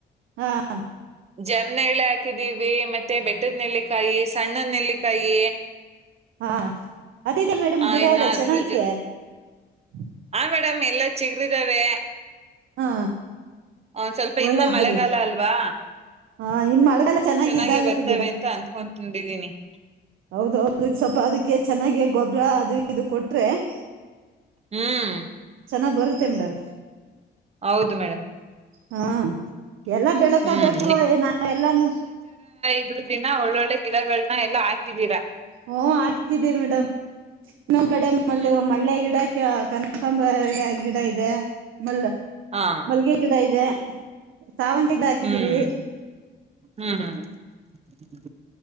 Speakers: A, on the right; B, on the right.
A: ಹ <unintelligible>
B: ಜಮ್ನ ಎಳ್ಳೆ ಹಾಕಿದೀವಿ ಮತ್ತೆ ಬೆಟ್ಟದ್ ನೆಲ್ಲಿಕಾಯಿ ಸಣ್ಣದ್ ನೆಲ್ಲಿಕಾಯಿ
A: ಹಾ <unintelligible> ಅತಿಥೆ ಮೇಡಮ
B: ಆ
A: ಗಿಡಾಯಲ್ಲ
B: ಇನ್ನ ಅದ್ರ
A: ಚೆನ್ನಾಗಿ
B: ಜೊ
A: <unintelligible>
B: ಆ ಮೇಡಮ್ ಎಲ್ಲ <unintelligible> ಚಿಗ್ರಿದಾವೆ
A: ಹಾ
B: ಒಂದ ಸ್ವಲ್ಪ
A: ಒಳ್ಳೇದ್
B: ಇನ್ನ ಮಳೆಗಾಲ
A: ಬಿಡಿ
B: ಅಲ್ವಾ
A: ಹಾ ಇನ್ ಮಳೆಗಾಲ ಚೆನ್ನಾಗಿ
B: ಚೆನ್ನಾಗೆ
A: ಇದಾಗುತ್ತೆ
B: ಬರ್ತವೆ ಅಂತ ಅಂದಕೊ ತಂಡಿದೀನಿ <unintelligible>
A: ಹೌದೌದುಕ್ ಸ್ವನಲ್ಪ ಅದಕ್ಕೆ ಚೆನ್ನಾಗ ಗೊಬ್ಬರ ಅದು ಇದು ಕೊಟ್ರೆ <unintelligible>
B: ಹ್ಮ್
A: ಚೆನ್ನಾಗ್ ಬರುತ್ತೆ ಮೇಡಂ
B: ಹೌದು ಮೇಡಮ್ <unintelligible>
A: ಹಾ ಎಲ್ಲ ಬೆಳ್ಕಬೇಕು
B: ಹ್ಮ್
A: ಏನ ಎಲ್ಲಾನು <unintelligible>
B: ಇದ್ರದ ದಿನ ಒಳ್ಳೊಳ್ಳೆ ಗಿಡಗಳನ್ನ ಎಲ್ಲ ಹಾಕಿದೀರಾ
A: ಓ ಹಾಕಿದಿ ಮೇಡಮ್ ಇನ್ನೊಂದ್ ಕಡೆ ಮ
B: ಹ್ಮ್
A: ಮಳ್ಳೆ ಗಿಡ <unintelligible> ಕಂಕಬ್ರ ಗಿಡ ಗಿಡ ಇದೆ <unintelligible> ಮಲ್ಲ
B: ಹಾ
A: ಮಲ್ಗೆ ಗಿಡ ಇದೆ ಸಾವಂತಿದ ಹಾಕಿದೀವರಿ
B: ಹ್ಮ್ ಹ್ಮ್ <unintelligible>